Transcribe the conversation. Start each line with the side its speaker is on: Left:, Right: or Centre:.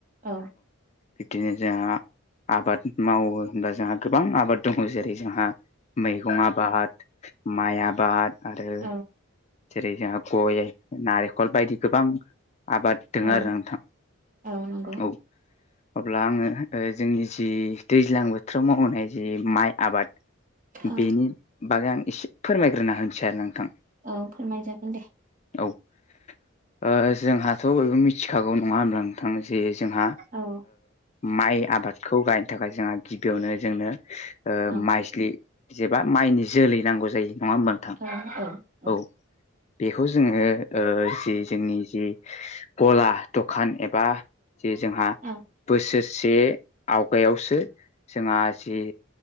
Right: औ
Left: बिब्दिनो जोंहा आबाद मावो होनबब्ला जोंहा गोबां आबाद दङ जेरै जोंहा मैगं आबाद माइ आबाद आरो
Right: औ
Left: जेरै जोंहा गय नारेंखल बायदि गोबां आबाद दङ
Right: औ
Left: आरो नोंथां
Right: औ
Left: औ
Right: <inaudible>
Left: अब्ला आङो जोंनि जि दैज्लां बोथोराव मावहनाय जि माइ आबाद
Right: औ
Left: बेनि बागै आं एसे फोरमायग्रोना होनोसै आरो नोंथां
Right: औ फोरमाय जागोन दे
Left: औ जोंहाथ' बयबो मिथिखागौ नङा होनब्ला नोंथां जे जोंहा
Right: औ
Left: माइ आबादखौ गायनो थाखाय जोंहा गिबियावनो जोंनो
Right: औ
Left: माइस्लि जेबा माइनि जोलै नांगौ जायो नङा होमबा नोंथां
Right: औ औ
Left: औ बेखौ जोङो जि जोंनि जि गला दखान एबा जे जोंहा
Right: औ
Left: बोसोरसे आवगायावसो जोंहा जि